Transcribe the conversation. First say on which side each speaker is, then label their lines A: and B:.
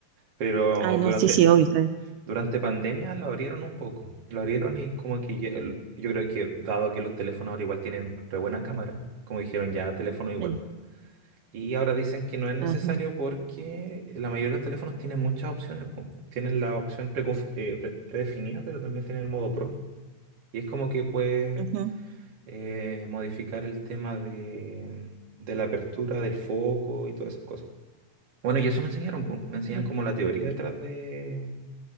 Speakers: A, on the right; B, on the right.
A: Pero
B: Ah, no,
A: durante,
B: sí, sí, obvio, está bien.
A: durante pandemia lo abrieron un poco. Lo abrieron y como que ya- yo creo que dado que los teléfonos ahora igual tienen re buena cámara, como dijeron ya, teléfono igual.
B: Sí.
A: Y ahora dicen que no es necesario
B: Ajá.
A: porque la mayoría de los teléfonos tienen muchas opciones. po. Tienen la opción preconf- eh, pre- predefinida, pero también tienen el modo Pro. Y es como que puedes
B: Ujú.
A: eh, modificar el tema de, de la apertura, del foco y todas esas cosas. Bueno, y eso me enseñaron, po. Me enseñan
B: Bien.
A: como la teoría detrás de,